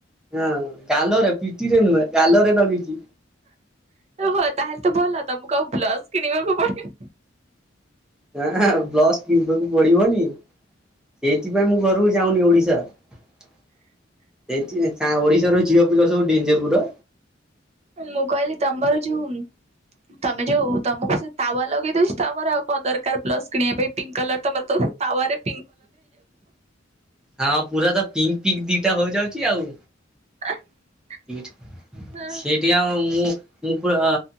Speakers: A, in the centre; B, on the right.
A: ହଁ ଗାଲରେ ପିଠିରେ ନୁହେଁ ଗାଲରେ ନଗିଚି।
B: ହଉ ତାହେଲେ ତୁ ଭଲତ ମୁଁ କଉ ବ୍ଲସ କିଣିବାକୁ ପଡି
A: ହଁ ବ୍ଲସ କିଣିବାକୁ ପଡିବନି? ସେଥିପାଇଁ ମୁଁ ଘରକୁ ଯାଉନି ଓଡ଼ିଶା। ସେଇଥିରେ ଓଡିଶାର ଝିଅ ପିଲା ସବୁ ଡେଞ୍ଜରପୁରା
B: ମୁଁ କହିଲି ତମର ଯୋଉ ତମେ ଯୋଉ ତମକୁ ସେ ତାୱ ଲଗେଇ ଉଛି ତମର ଆଉ କଣ ଦରକାର ବ୍ଲଶ୍ କିଣିବା ପାଇଁ ପିଙ୍କ୍ କଲର ତମର ତାୱାରରେ
A: ହଁ ପୁରା ତ ପିଙ୍କ୍ ପିଙ୍କ୍ ଦିଟା ହଉଯାଉଚି ଆଉ।
B: <unintelligible>
A: ହିଟ୍
B: ହଁ
A: ସେ ଟିକେ ଆଉ ମୁ ମୁଁ ପୁରା